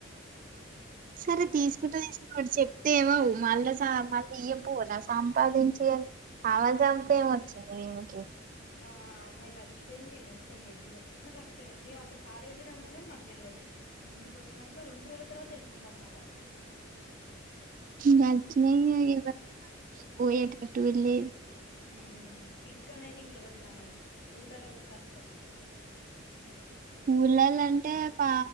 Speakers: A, on the right; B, on the left.
A: సరే
B: ఇంకా
A: తీసుకుంట తీస్ మడు చెప్తే ఏమవ్ మళ్ళ మళ్్య పూ నా సంపాదించి ఆవాజాంత
B: ఆ
A: ఏం వచ్చింది వీనికి
B: ఆ అమ్మాయి చచ్చిపోయింది మొత్తం బెడ్ మొత్తం రక్తమే మేము అప్పుడు కాలేజీలోనే ఉన్నాం కాని మాకు తెల్వదు ఇంటికి వచ్చినంక రెండు రోజుల తర్వాత తెలిసింది మాకు మళ్ళా
A: నట్ నేను <inaudible> పోయేటట్టుగా లేదు
B: మ్మ్ ఇక్కడ్నైతె ఇంకెవరిని నమ్మలేం ఊళ్ళల్ల కూడా కష్టమే
A: ఊళ్ళల్ల అంటే పా